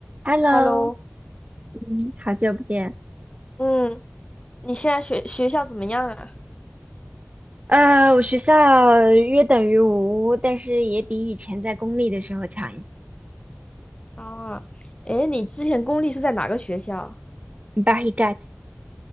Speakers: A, on the right (about 35°); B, on the left (about 25°).
A: Hello，
B: Hello，
A: 嗯，好久不见。
B: 嗯，你现在学学校怎么样啊？
A: 呃，我学校约等于无，但是也比以前在公立的时候强一些。
B: 啊，诶，你之前公立是在哪个学校？
A: b a h e g o t